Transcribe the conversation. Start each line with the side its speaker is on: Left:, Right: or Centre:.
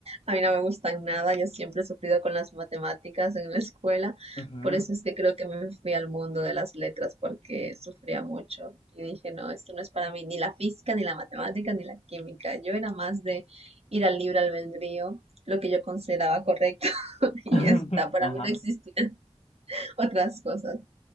Right: A mí no me gustan nada. Yo siempre he sufrido con las matemáticas en la escuela.
Left: Ujú.
Right: Por eso es que creo que me fui al mundo de las letras porque sufría mucho. Y dije, no, esto no es para mí. Ni la física, ni la matemática, ni la química. Yo era más de ir al libre albedrío, lo que yo consideraba correcto. <laughs> Y
Left: <laughs>
Right: ya está, para
Left: Ajá.
Right: mí no existían <laughs> otras cosas.